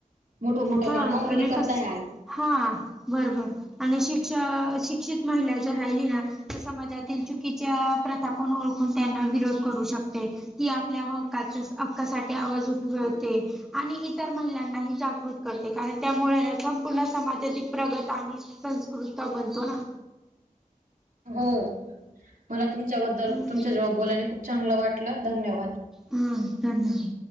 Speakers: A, on the right; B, in the centre.
A: मोठ-मोठ
B: हा
A: काम मुली
B: आणि
A: करताय
B: कस
A: आज.
B: हा, बरबर आणि शिक्षण, शिक्षित महिलाच्या राहिली ना त समाजातील चुकीच्या प्रथा पण ओळखून त्यांना विरोध करू शकते. ती आपल्या हक्काच्या, हक्कासाठी आवाज उठवते. आणि इतर महिलांनाही जागृत करते. कारण त्यामुळे ना संपूर्ण समाज अधिक प्रगत आणि संस्कृत बनतो ना.
A: हो, मला तुमच्याबद्दल
B: हम्म
A: तुमच्या जवळ बोल्याने खूप चांगलं वाटलं धन्यवाद.
B: हां, धन्यवाद.